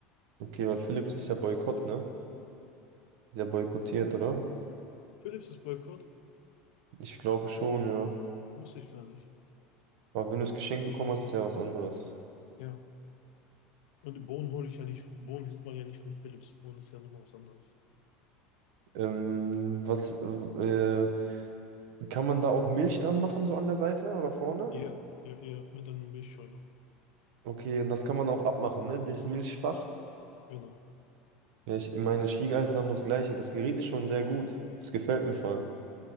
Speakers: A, on the right; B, on the left.
A: Okay, weil Philips ist ja Boykott, ne? Ist ja boykottiert, oder?
B: Philips ist Boykott?
A: Ich glaube schon, ja.
B: Wusste ich gar nicht.
A: Aber wenn du es geschenkt bekommen hast, ist ja was anderes.
B: Ja. Und Bohnen hole ich ja nicht. Bohnen holt man ja nicht von Philips. Bohnen ist ja nochmal was anderes.
A: Ähm, was, äh, Kann man da auch Milch dran machen, so an der Seite oder vorne?
B: Ja, ja, ja, mit einem Milchschäumer.
A: Okay, und das kann man auch abmachen, ne? Dieses Milchfach.
B: Genau.
A: Ja, ich, meine Schwiegereltern haben das gleiche. Das Gerät ist schon sehr gut. Es gefällt mir voll.